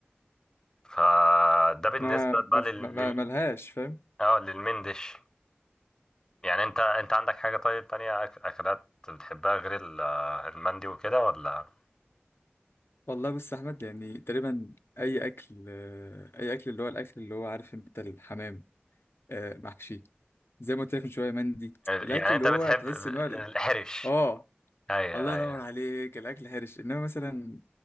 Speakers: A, on the left; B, on the left.
A: فده بالنسبة
B: ما ما
A: بقى لل...
B: ما ما-
A: لل...
B: ملهاش
A: اه للمندش يعني انت انت عندك حاجة طيب تانية أك- أكلات بتحبها غير ال- المندي وكده ولا
B: والله بص يا احمد يعني تقريبا اي اكل آه، اي اكل اللي هو الاكل اللي هو عارف انت الحمام آه، محشي زي ما قلت لك من شويه مندي الاكل
A: يعني
B: اللي
A: انت
B: هو
A: بتحب
B: تحس ان هو ال-
A: الحرش
B: اه
A: ايوه
B: الله ينور
A: ايوه
B: عليك الاكل هرش انما مثلا